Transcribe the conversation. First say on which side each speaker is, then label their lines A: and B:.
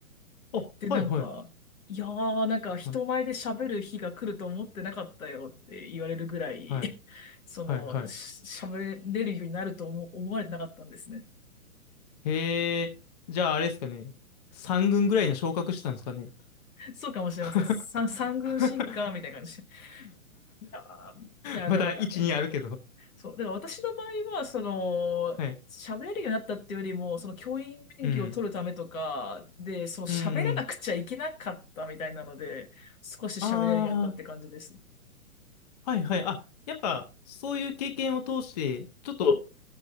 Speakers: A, on the left; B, on the left.
A: あ、
B: で、
A: はいはい。
B: なんか、いやー、なんか人前で喋る日が来ると思ってなかったよって言われるぐらい、
A: はい、はい、
B: <laughs> その、
A: はい。はい
B: し喋れるようになると思、思われてなかったんですね。
A: へえ、じゃああれですかね。3軍ぐらいに昇格してたんですかね。
B: そうかもしれません。
A: <laughs>
B: 三、三軍進化みたいな感じ。いやー、いや、
A: まだ1、
B: でもなんかね、
A: 2あるけど。
B: そう。だから私の場合は、その、
A: はい。
B: 喋れるようになったっていうよりも、その教員免許を取るためとかで、
A: うん。
B: そう喋らなくちゃいけなかったみたいなので、
A: うん。
B: 少し喋れるようになったって感じです。
A: ああ、はいはい。あ、やっぱ、そういう経験を通して、ちょっと、